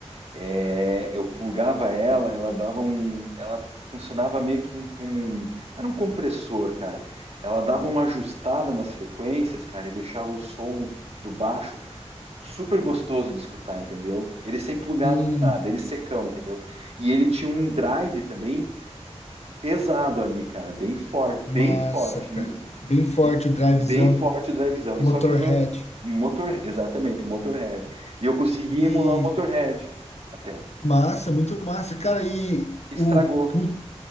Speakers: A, on the right (about 60°); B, on the left (about 70°).
A: é, eu plugava ela, ela dava um, ela funcionava meio que um, como um, não era um compressor, cara. Ela dava uma ajustada nas frequências, cara, e deixava o som do baixo super gostoso de escutar, entendeu? Ele sem plugado
B: Sim,
A: com nada, ele secão, entendeu? E ele tinha um drive também pesado ali, cara, bem forte,
B: massa,
A: bem forte,
B: cara.
A: um-
B: Bem forte
A: e-
B: o drivezão,
A: bem forte o drivezão.
B: Motorhead.
A: E só que eu não, Motor, exatamente, o Motorhead. E eu consegui
B: E
A: emular o Motorhead até.
B: massa, muito massa. Cara, e
A: Estragou,
B: o hum,